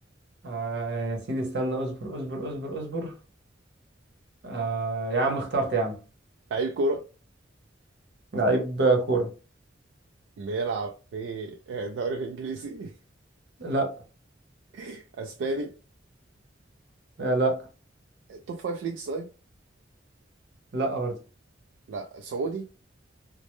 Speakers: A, on the right; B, on the right.
A: آه يا سيدي استنى اصبر اصبر اصبر اصبر آه يا عم اخترت يا عم
B: لعيب كوره
A: لعيب كورة
B: بيلعب في الدوري الانجليزي
A: لا
B: <laughs> اسباني
A: آه لا
B: توب فايف ليجز طيب
A: لا برضه
B: لا سعودي